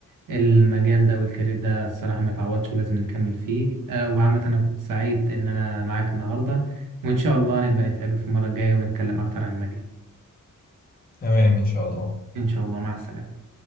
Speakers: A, on the right (about 75°); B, on the left (about 30°).
A: المجال ده والكارير ده الصراحة ما يتعوضش ولازم نكمل فيه آه، وعامة أنا كنت سعيد إن أنا معاك النهاردة وإن شاء الله نبقى نتقابل في المرة الجاية ونتكلم أكتر عن المجال
B: تمام ان شاء الله
A: إن شاء الله مع السلامة